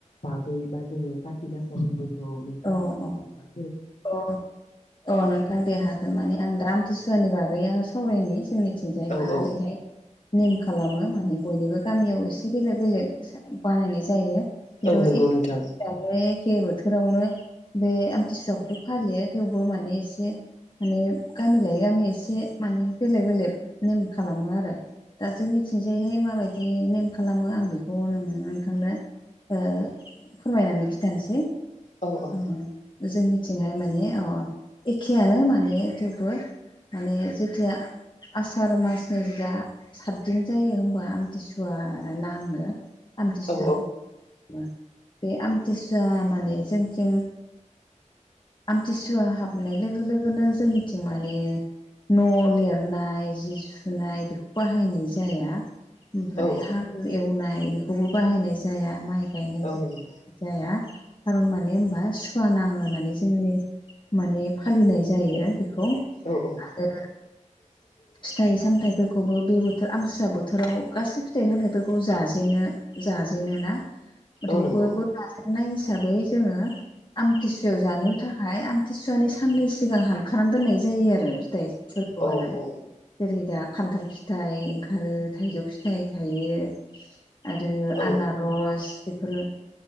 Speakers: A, on the left; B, on the left.
A: बागै बा जोङो कारति गासा फोरबोखौ नोंथांमोननिथिं
B: औ
A: बा
B: अ अ नोंथां दे हागोन मानि आं दा आमथिसुवानि बागै आङो सावरायनि जोंनि थिंजाय
A: औ
B: मारैहाय
A: औ
B: नेम खालामो माने बयनिबो गामियाव एसे बेलेग बेलेग इसे बानायनाय जायो। खिन्थु
A: औ नंगौ
B: एखे
A: नोंथां
B: एखे बोथोरावनो बे आमथिसुवाखौ फालियो थेवबो माने एसे माने गामि लायै गामि एसे मानि बेलेग बेलेक नेम खालामो आरो। दा जोंनिथिंजायहाय माबायदि नेम खालामो आं बेखौ नोंनो नोंथांनो ओ फोरमायनानै खिथानोसै ओ
A: औ औ
B: जोंनि थिंहाय माने ओ एखेयानो माने थेवबो माने जेथिया आसार मासनि जा सातदिन जायो होमबा आमथिसुवा नाङो। आमथिसुवाखौ
A: औ
B: बे आमथिसुवा माने जोंथिं आमथिसुवा हाबनाय लोगो लोगोनो जोंनिथिं माने न' लिरनाय जि सुनाय बेखौ बाहायनाय जाया ओमफ्राय
A: औ
B: हाल एवनाय बेखौबो बाहायनाय जाया माइ गायनायखौ
A: औ नंगौ
B: जाया खारन माने होनबा सुवा नाङो होननानै जोंनि माने फालिनाय जायो बेखौ
A: औ औ
B: आरो
A: <inaudible>
B: फिथाइ सामथायाइफोरखौबो बे बोथोर आमसुव बोथोराव गासै फिथाइ सामथायाइफोरखौ जाजेनो जाजेनो ना मथ
A: औ नंगौ
B: बयबो जाजेनन्नाय हिसाबै जोङो आमथिसु फिथौ जानो थाखाय आमथिसुवानि साननै सिगां हानखानानै दोननाय जायो आरो फिथाइफोर खौ
A: औ
B: आरो
A: औ
B: जेरै दा खान्थाल फिथाइ ओंखारो थाइजौ फिथाइ थायो आरो
A: औ
B: आनारस बेफोरो